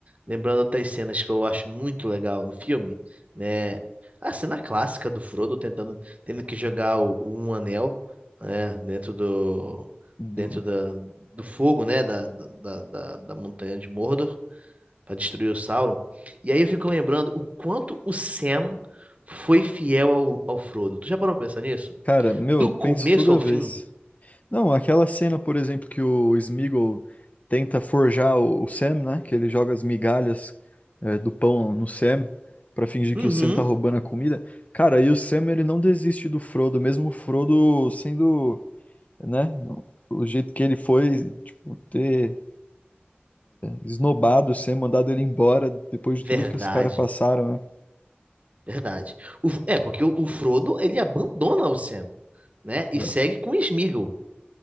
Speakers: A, on the right (about 35°); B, on the left (about 40°).
A: Lembrando outras cenas que eu acho muito legal no filme, né? A cena clássica do Frodo tentando, tendo que jogar o, um anel, né? Dentro do,
B: do-
A: dentro da, do fogo, né? Da, da, da, da montanha de Mordor para destruir o Sauron. E aí eu fico lembrando o quanto o Sam foi fiel ao, ao Frodo. Tu já parou pra pensar nisso?
B: Cara, meu,
A: Do
B: eu
A: começo
B: penso toda
A: ao
B: vez.
A: fim?
B: Não, aquela cena, por exemplo, que o Smeagol tenta forjar o, o Sam, né? Que ele joga as migalhas é, do pão no Sam pra fingir
A: Uhum.
B: que o Sam tá roubando a comida. Cara, e o Sam, ele não desiste do Frodo, mesmo o Frodo sendo, né? O jeito que ele foi, tipo, ter esnobado ser mandado ele embora depois
A: Verdade,
B: de tudo que os caras passaram, né?
A: verdade. O- é, porque o, o Frodo, ele abandona o Sam, né? E
B: Exato.
A: segue com o Sméagol,